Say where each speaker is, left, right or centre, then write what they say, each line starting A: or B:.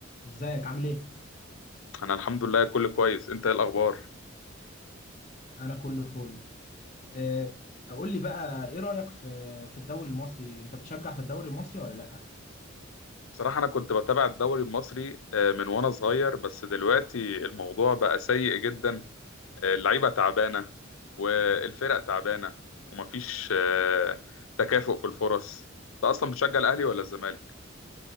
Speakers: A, on the left; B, on the left.
A: ازيك عامل ايه؟
B: انا الحمد لله كل كويس انت ايه الاخبار
A: انا كله فل آه، قول لي بقى ايه رأيك في في الدوري المصري انت بتشجع في الدوري المصري ولا لا؟
B: بصراحه انا كنت بتابع الدوري المصري آه، من وانا صغير بس دلوقتي الموضوع بقى سيء جدا آه، اللعيبه تعبانه والفرق تعبانه ومفيش آه، تكافؤ في الفرص انت اصلا بتشجع الاهلي ولا الزمالك